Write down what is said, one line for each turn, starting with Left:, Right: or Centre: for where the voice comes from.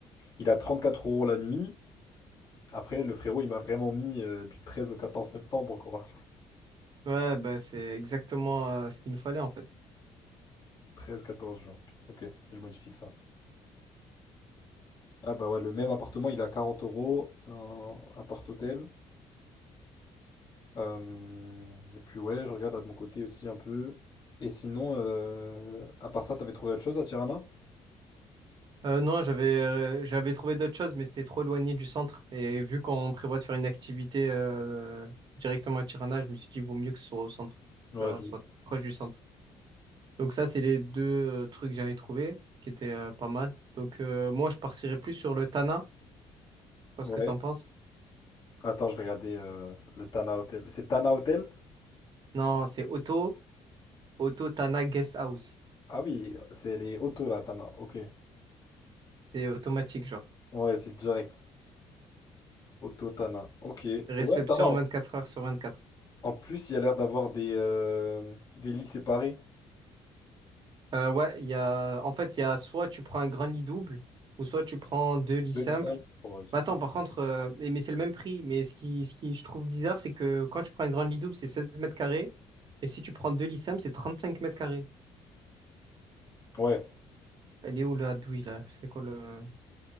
Left: Il a 34 euros la nuit. Après, le frérot, il m'a vraiment mis euh, du 13 au 14 septembre, quoi.
Right: Ouais, bah, c'est exactement euh, ce qu'il nous fallait en fait.
Left: <laughs> treize quatorze juin. Ok, je modifie ça. Ah bah ouais, le même appartement, il est à 40 euros, c'est un appart-hôtel. Euh, et puis ouais, je regarde là de mon côté aussi un peu. Et sinon, euh, à part ça, t'avais trouvé autre chose à Tirana?
Right: Euh, non, j'avais euh, j'avais trouvé d'autres choses, mais c'était trop éloigné du centre. Et vu qu'on prévoit de faire une activité euh, directement à Tirana, je me suis dit, vaut mieux que ce soit au centre,
Left: Ouais,
Right: tu vois,
Left: de
Right: soit
Left: ouf.
Right: proche du centre. Donc ça, c'est les deux euh, trucs que j'avais trouvé qui étaient euh, pas mal. Donc euh, moi, je partirais plus sur le Tana. Je sais pas
Left: Ouais.
Right: ce que t'en penses.
Left: Attends, je vais regarder euh, le Tana Hotel. C'est Tana Hotel?
Right: Non, c'est auto, auto Tana Guest House.
Left: Ah oui, c'est les autos là, Tana. Ok.
Right: C'est automatique, genre.
Left: Ouais, c'est direct. Auto Tana. Ok.
Right: Réception
Left: Ouais, ça va. En
Right: 24 heures sur 24.
Left: en plus, il y a l'air d'avoir des, euh, des lits séparés.
Right: Euh, ouais, il y a, en fait, il y a soit tu prends un grand lit double ou soit tu prends deux lits
Left: Deux
Right: simples.
Left: lits simples. Ouais, c'est
Right: Mais attends,
Left: bien.
Right: par contre, euh, eh, mais c'est le même prix. Mais ce qui, ce qui je trouve bizarre, c'est que quand tu prends un grand lit double, c'est 16 mètres carrés. Et si tu prends deux lits simples, c'est 35 mètres carrés.
Left: Ouais.
Right: Elle est où la douille là? C'est quoi le.